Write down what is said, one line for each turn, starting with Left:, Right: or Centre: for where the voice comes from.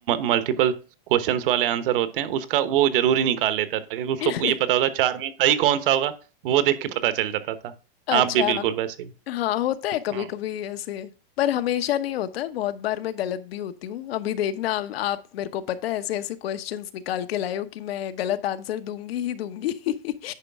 Right: मल्टीपल क्वेश्चंस वाले आंसर होते हैं उसका वो जरूर ही निकाल लेता था क्योंकि उसको
Left: <laughs>
Right: ये पता होता चार में सही कौन सा होगा वो देख के पता चल जाता था
Left: अच्छा
Right: आप भी बिल्कुल वैसे ही
Left: हाँ होता है कभी
Right: हाँ
Left: कभी ऐसे पर हमेशा नहीं होता है बहुत बार मैं गलत भी होती हूँ अभी देखना आ- आप मेरे को पता है ऐसे ऐसे क्वेश्चंस निकाल के लाए हो कि मैं गलत आंसर दूंगी ही दूंगी <laughs>